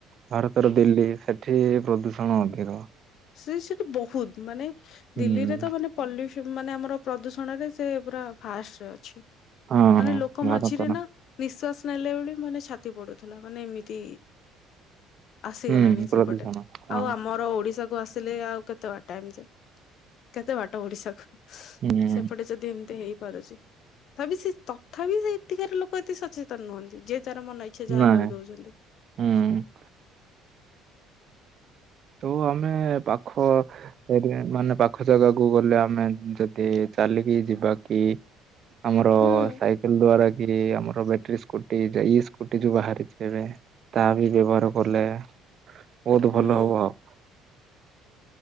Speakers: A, on the right (about 45°); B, on the left (about 60°).
A: ଭାରତର ଦିଲ୍ଲୀ ସେଠି ପ୍ରଦୂଷଣ ଅଧିକ।
B: ସେ ସେଠି ବହୁତ ମାନେ
A: ହୁଁ।
B: ଦିଲ୍ଲୀରେ ତ ମାନେ ପଲିସି ମାନେ ଆମର ପ୍ରଦୂଷଣରେ ସେ ପୁରା ଫାଷ୍ଟରେ ଅଛି।
A: ହଁ
B: ମାନେ
A: ହଁ
B: ଲୋକ
A: ଭାରତର
B: ମଝିରେ ନା ନିଶ୍ୱାସ ନେଲେ ଭଳି ମାନେ ଛାତି ପଡୁଥିଲା, ମାନେ ଏମିତି ଆସିଗଲାଣି
A: ହୁଁ ପ୍ରଦୂଷଣ
B: ସେପଟେ
A: ହଁ
B: ଆଉ ଆମର ଓଡିଶା ଆସିଲେ ଆଉ କେତେ ବାଟ ଟାଇମ ଯାଏ କେତେ ବାଟ ଓଡିଶାକୁ?
A: ହୁଁ
B: ସେପଟେ ଯଦି ଏମିତି ହେଇପାରୁଛି। ଥାପି ସେ ତଥାପି ସେ ଏତିକାରେ ଲୋକ ଏତେ ସଚେତନ ନୁହଁନ୍ତି ଯେ ଯାର ମନ ଇଚ୍ଛା ଯାହା
A: ନାଇଁ
B: କରିଦଉଛନ୍ତି।
A: ହୁଁ। ତ ଆମେ ପାଖ <unintelligible> ମାନେ ପାଖ ଜାଗାକୁ ଗଲେ ଆମେ ଯଦି ଚାଲିକି ଯିବା କି? ଆମର
B: ହୁଁ
A: ସାଇକେଲ ଦ୍ଵାରା କିରେ ଆମର ବଟେରୀ ସ୍କୁଟି ଇ ସ୍କୁଟି ଯୋଉ ବାହାରିଛି ଏବେ। ତା ବି ବ୍ୟବହାର କଲେ। ବହୁତ
B: ହୁଁ
A: ଭଲ ହବ ଆଉ।